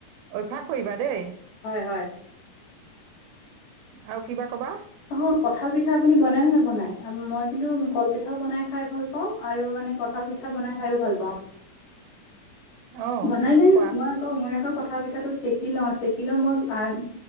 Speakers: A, on the right; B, on the left.
A: অভ্যাস কৰিবা দেই।
B: হয় হয়।
A: আৰু কিবা কবা?
B: অ'হৌ কঁঠাল পিঠা আপুনি বনাই নে নবনাই? মই কিন্তু কল পিঠাও বনাই খাই ভাল পাওঁ আৰু মানে কঠ- ঠাল পিঠা বনাই খায়ো ভাল- পাওঁ।
A: অ
B: বনাই নে,
A: কোৱা
B: মই আকৌ মই আকৌ কঠাল পিঠাটো চেকি লওঁ, চেকি লওঁ মই আ-